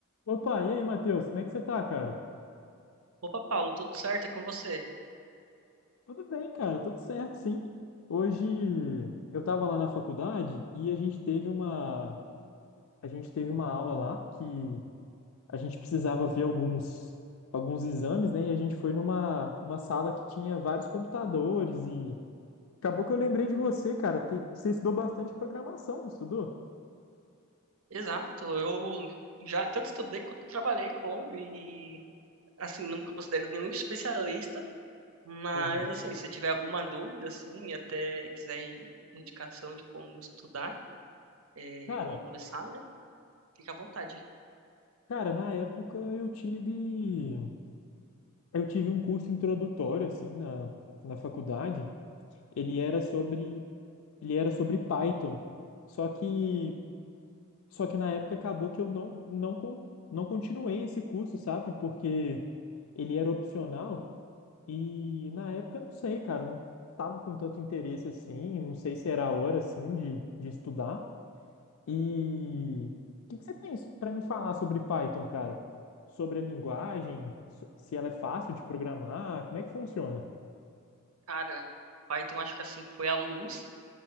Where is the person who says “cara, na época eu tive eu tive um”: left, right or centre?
Left